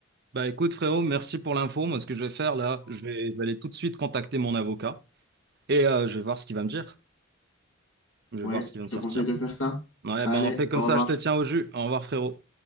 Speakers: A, on the right (about 55°); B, on the left (about 75°).
A: Bah écoute, frérot, merci pour l'info. Moi, ce que je vais faire là, je vais, je vais aller tout de suite contacter mon avocat et euh, je vais voir ce qu'il va me dire. Je vais
B: Ouais,
A: voir ce qu'il va
B: je
A: me sortir.
B: te conseille de faire ça.
A: Ouais,
B: Allez,
A: ben on fait comme
B: au
A: ça,
B: revoir.
A: je te tiens au jus. Au revoir, frérot.